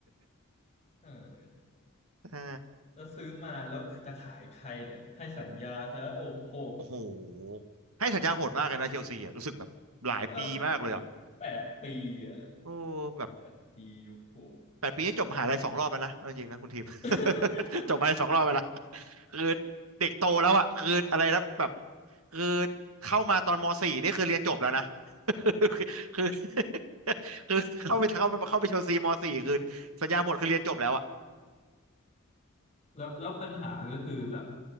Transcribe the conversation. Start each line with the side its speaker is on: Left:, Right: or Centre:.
Left: เออ
Right: ใช่
Left: แล้วซื้อมาแล้วจะขายใครเนี่ยให้สัญญาซะโอ้โห
Right: โอ้โหให้สัญญาโหดมากเลยนะเชลซีอ่ะรู้สึกแบบหลายปีมากเลยอ่ะ
Left: <laughs> เออแปดปีอ่ะ
Right: โอ้แบบ
Left: แปดปีโอ้โห
Right: แปดปีนี่จบมหาลัยสองรอบแล้วนะเอาจริงๆนะคุณทีม <laughs>
Left: <laughs>
Right: จบมหาลัยสองรอบแล้วนะคือเด็กโตแล้วอะคืออะไรนะแบบคือเข้ามาตอนมสี่นี่คือเรียนจบแล้วนะ <laughs> คือคือ <laughs> คือเข้าไปเข้าไปเข้าไปชลซีมสี่คือสัญญาหมดคือเรียนจบแล้วอะ
Left: แล้วแล้วปัญหาก็คือแบบ